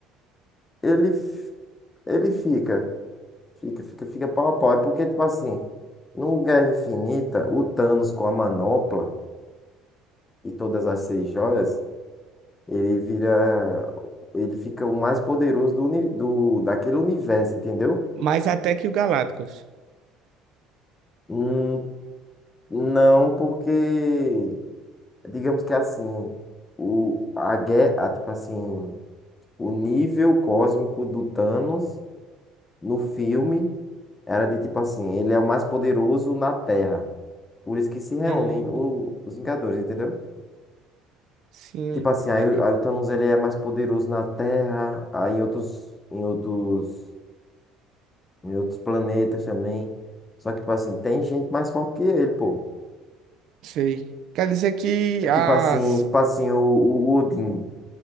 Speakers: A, on the left; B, on the right.
A: Ele, f- ele fica. Fica, fica, fica pau a pau. É porque, tipo assim, no Guerra Infinita, o Thanos com a manopla e todas as seis joias, ele vira. Ele fica o mais poderoso do, uni- do, daquele universo, entendeu?
B: Mais até que o Galactus.
A: Hum, não, porque. Digamos que assim. O, a guerra, tipo assim. O nível cósmico do Thanos no filme era de tipo assim, ele é o mais poderoso na Terra. Por isso que se reúnem
B: Hum,
A: o- os Vingadores, entendeu?
B: sim,
A: Tipo assim,
B: mas
A: aí, o aí o Thanos ele é mais poderoso na Terra, aí em outros, em outros, em outros planetas também. Só que, tipo assim, tem gente mais forte que ele, pô.
B: sei. Quer dizer que
A: É tipo
B: as.
A: assim, tipo assim, o, o Odin.